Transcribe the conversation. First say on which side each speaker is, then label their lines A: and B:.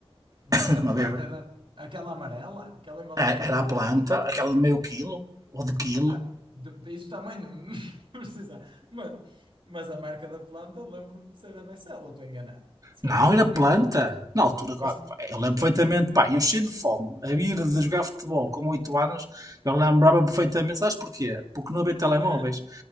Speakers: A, on the right; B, on the right.
A: Mas
B: <laughs>
A: a planta
B: Não havia...
A: era aquela amarela, aquela embalagem
B: É,
A: amarela.
B: era a planta, aquela de meio quilo ou de quilo.
A: Ah, de- de- isso também não, <laughs> não precisa. Mas, mas a marca da planta, lembro-me de ser a Becel, ou estou enganado. Se
B: Não,
A: calhar estou
B: era
A: enganado.
B: planta. Na altura, pá,
A: Mas.
B: eu lembro perfeitamente, pá, eu cheio de fome, a ir de jogar futebol com 8 anos, eu lembrava perfeitamente, sabes porquê? Porque não havia telemóveis.
A: Aham.